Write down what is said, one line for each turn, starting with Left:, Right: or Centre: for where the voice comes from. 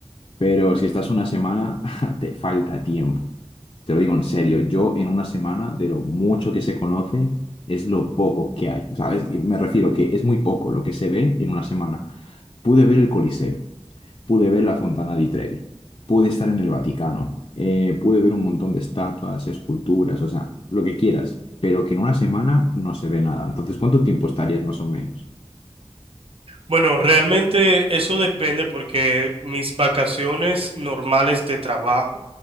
Left: Pero si estás una semana, <laughs> te falta tiempo. Te lo digo en serio, yo en una semana, de lo mucho que se conoce, es lo poco que hay. ¿Sabes? Y me refiero que es muy poco lo que se ve en una semana. Pude ver el Coliseo, pude ver la Fontana di Trevi, pude estar en el Vaticano, eh, pude ver un montón de estatuas, esculturas, o sea, lo que quieras, pero que en una semana no se ve nada. Entonces, ¿cuánto tiempo estarías más o menos?
Right: Bueno, realmente eso depende porque mis vacaciones normales de trabajo,